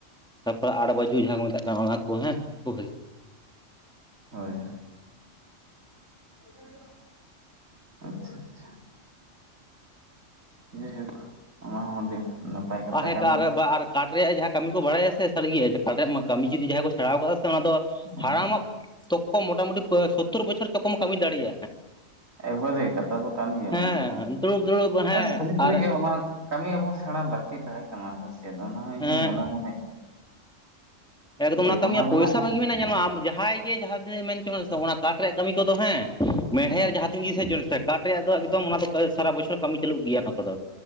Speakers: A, in the centre; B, on the right.
A: ᱛᱟᱨᱯᱚᱨᱮ ᱟᱴ ᱵᱟᱡᱩ ᱡᱟᱦᱟᱸ ᱠᱚ ᱢᱮᱛᱟᱜ ᱠᱟᱱᱟ ᱚᱱᱟ ᱠᱚ ᱦᱮᱸ ᱠᱷᱩᱵ ᱵᱷᱟᱹᱜᱤ ᱦᱩᱭᱩᱜ-ᱟ᱾
B: ᱦᱳᱭ ᱦᱳᱭ, ᱟᱪᱪᱷᱟ ᱟᱪᱪᱷᱟ᱾ ᱡᱮᱭᱦᱳᱠ ᱚᱱᱟᱦᱚᱸ ᱟᱹᱰᱤ ᱱᱟᱯᱟᱭ ᱠᱟᱛᱷᱟ
A: ᱛᱟᱦᱮᱸᱠᱟᱱ
B: ᱠᱟᱱ ᱜᱮᱭᱟ
A: ᱨᱮ ᱵᱟ ᱟᱨ ᱠᱟᱴᱷ ᱨᱮᱭᱟᱜ ᱡᱟᱦᱟᱸ ᱠᱟᱹᱢᱤ ᱠᱚ ᱵᱟᱲᱟᱭᱟ ᱥᱮ ᱥᱟᱹᱨᱤᱜᱮ ᱠᱟᱴ ᱨᱮᱭᱟᱜ ᱢᱟ ᱠᱟᱹᱢᱤ ᱡᱩᱫᱤ ᱡᱟᱦᱟᱸᱭ ᱠᱚ ᱥᱮᱬᱟᱣ ᱟᱠᱟᱫᱟ ᱥᱮ ᱚᱱᱟ ᱫᱚ
B: ᱮᱠᱵᱟᱨᱮ
A: ᱦᱟᱲᱟᱢᱟᱜ ᱛᱚᱠᱠᱚ ᱢᱚᱴᱟᱢᱩᱴᱤ ᱥᱳᱛᱛᱳᱚᱨ ᱵᱚᱪᱷᱚᱨ ᱛᱚᱠᱚᱢ ᱠᱟᱹᱢᱤ ᱫᱟᱲᱮᱭᱟᱜ-ᱟ᱾
B: ᱮᱠᱵᱟᱨᱮ ᱠᱟᱛᱷᱟ ᱫᱚ ᱠᱟᱱ ᱜᱮᱭᱟ
A: ᱦᱮᱸ
B: ᱵᱟᱝ ᱫᱚ ᱵᱟᱝ
A: ᱫᱩᱲᱩᱵ ᱫᱩᱲᱩᱵ ᱦᱮᱸ
B: ᱟᱨ ᱥᱟᱹᱨᱤ
A: ᱟᱨ
B: ᱥᱟᱹᱨᱤᱜᱮ ᱚᱱᱟ ᱠᱟᱹᱢᱤ ᱟᱵᱚ ᱥᱮᱬᱟ ᱞᱟᱹᱠᱛᱤ ᱛᱟᱦᱮᱸ ᱠᱟᱱᱟ ᱦᱳᱭᱥᱮ ᱚᱱᱟ ᱤᱧᱦᱚᱧ
A: ᱦᱮᱸ
B: ᱢᱚᱱᱮ ᱢᱚᱱᱮ
A: ᱮᱠᱫᱚᱢ
B: ᱡᱮ
A: ᱚᱱᱟ ᱠᱟᱹᱢᱤᱭᱟᱜ
B: ᱨᱮᱱᱟᱜ
A: ᱯᱚᱭᱥᱟ ᱵᱷᱟᱹᱜᱤ ᱢᱮᱱᱟᱜ-ᱟ ᱧᱮᱞᱢᱮ ᱟᱢ ᱡᱟᱦᱟᱸᱭ ᱜᱮ ᱡᱟᱦᱟᱸ ᱛᱤᱱᱟᱹᱜ ᱢᱮᱱᱪᱚ ᱥᱮ ᱚᱱᱟ ᱠᱟᱴ ᱨᱮᱭᱟᱜ ᱠᱟᱹᱢᱤ ᱠᱚᱫᱚ ᱦᱮᱸ, ᱢᱮᱬᱦᱮᱫ
B: ᱦᱮᱸ
A: ᱡᱟᱦᱟᱸ ᱛᱤᱱ ᱜᱮ ᱦᱮᱡ ᱪᱚᱱ ᱥᱮ ᱠᱟᱴ ᱨᱮᱭᱟᱜ ᱫᱚ ᱮᱠᱫᱚᱢ ᱚᱱᱟ ᱫᱚ ᱥᱟᱨᱟ ᱵᱚᱪᱷᱚᱨ ᱠᱟᱹᱢᱤ ᱪᱟᱹᱞᱩᱜ ᱜᱮᱭᱟ ᱚᱱᱟ ᱠᱚᱫᱚ᱾